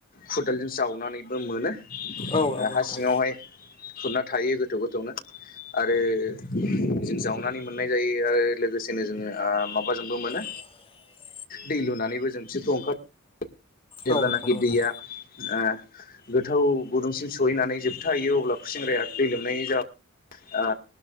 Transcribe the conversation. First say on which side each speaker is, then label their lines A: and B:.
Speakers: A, on the left; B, on the left.
A: खुदालजों जावनानैबो मोनो
B: औ नंगौ
A: ओ हा
B: नोंथां
A: सिङावहाय खुरना थायो गोथौ गोथौनो आरो जों जावनानै मोननाय जायो आरो लोगोसेनो जोङो ओ माबाजोंबो मोनो
B: <inaudible>
A: दै लुनानैबो जों <unintelligible> जेब्लानाखि
B: औ नंगौ नोंथां
A: दैया ओ गोथौ गुदुंसिम सहैनानै जोबथाहैयो अब्ला खुसि सेंग्राया दै लोमनाय जाउ ओ